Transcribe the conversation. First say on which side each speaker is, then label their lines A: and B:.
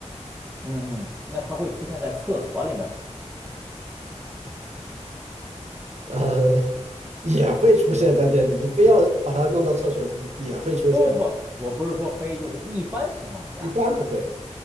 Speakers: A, on the right; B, on the right.
A: 嗯嗯，那它会出现在厕所里面吗？
B: 呃，<laughs> 也会出现在店里，你非要把它弄到厕所去，也会出现，
A: 不不不，我不是说非，就是一般情况下，
B: 一般不会